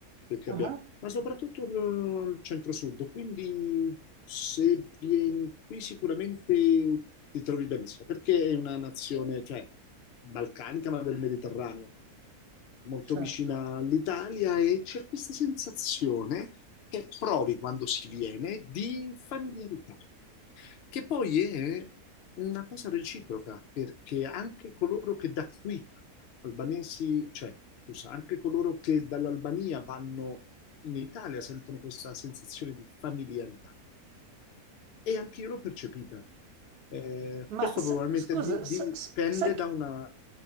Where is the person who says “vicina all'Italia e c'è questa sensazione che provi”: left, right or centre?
Left